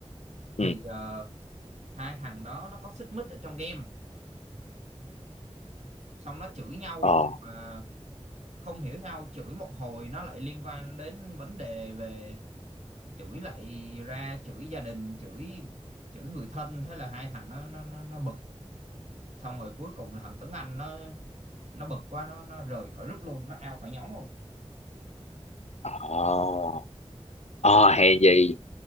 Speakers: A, on the right (about 90°); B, on the left (about 80°).
A: thì
B: Ừ.
A: ờ, hai thằng đó nó có xích mích ở trong game xong nó chửi nhau
B: Ờ.
A: mà không hiểu sao chửi một hồi nó lại liên quan đến vấn đề về chửi lại ra chửi gia đình chửi chửi người thân thế là hai thằng nó nó nó, nó bực xong rồi cuối cùng là thằng Tuấn Anh nó nó bực quá nó nó rời khỏi group luôn nó out khỏi nhóm luôn
B: Ờ. Ờ hèn gì